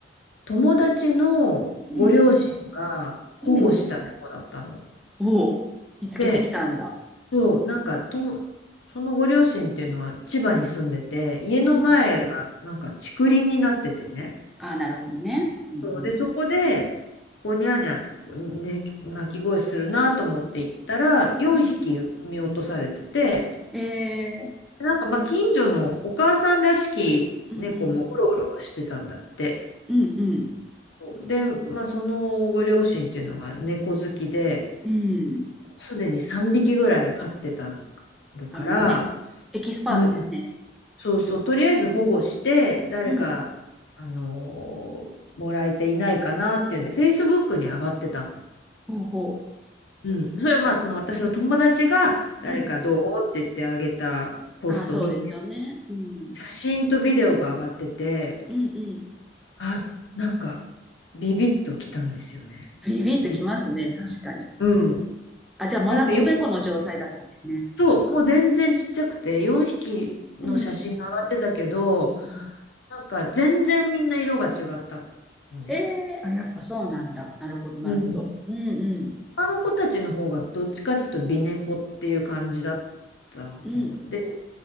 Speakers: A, on the left; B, in the centre.
A: 友達のご両親が保護した猫だったの。
B: うんうん。うん。おお、見つけてきたんだ。
A: で、そう、なんかとも、そのご両親っていうのは千葉に住んでて、家の前がなんか竹林になっててね。
B: うんうん。ああ、なるほどね。うん
A: そうで、そこで、こう、ニャーニャー、ね、鳴き声するなと思って行ったら、4匹産み落とされてて、
B: うん。うん。えー、
A: なんかまあ近所のお母さんらしき猫もうろうろはしてたんだって。
B: うんうん。うんうん。
A: で、まあそのご両親っていうのが猫好きで、
B: うん。
A: すでに3匹ぐらい飼ってたるから、
B: あ、もうね、エキスパートですね。
A: うん、そうそう、とりあえず保護して、誰か、
B: うん。
A: あのーもらえていないかなっていうんで、Facebook に上がってたの。
B: ほうほ
A: うん、それはまあその私の友達が誰かどうって言ってあげたポスト見て、
B: う。うん。ああ、そうですよね。うん。
A: 写真とビデオが上がってて、
B: うんうん。
A: あ、なんか、ビビッときたんですよね。
B: ビビッときますね、
A: び、
B: 確かに。
A: うん。
B: あ、じゃあまだ子猫の状態だったんですね。
A: なんかよ、そう、もう全然ちっちゃくて、4匹の写真が上がってたけど、
B: うん。うん
A: なんか全然みんな色が違ったのね。
B: えー、あ、やっぱそうなんだ。なるほど、なるほど。
A: うん。
B: うんうん。
A: 他の子たちの方がどっちかというと美猫っていう感じだったので、
B: うん。